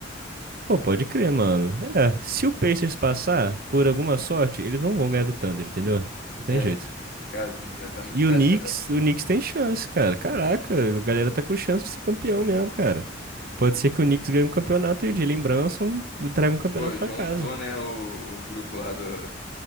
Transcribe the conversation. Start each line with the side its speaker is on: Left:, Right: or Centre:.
Right: Pô, pode crer, mano. É, se o Pacers passar, por alguma sorte, eles não vão ganhar do Thunder, entendeu? Não tem
Left: É.
Right: jeito.
Left: Cara, o time do Tenta tá muito
Right: E
Left: encaixado,
Right: o Knicks,
Left: acho.
Right: o Knicks tem chance, cara. Caraca, a galera tá com chance de ser campeão mesmo, cara. Pode ser que o Knicks ganhe um campeonato e o Jalen Brunson traga um campeonato
Left: Pô, juntou,
Right: pra casa.
Left: né, o, o grupo lá do,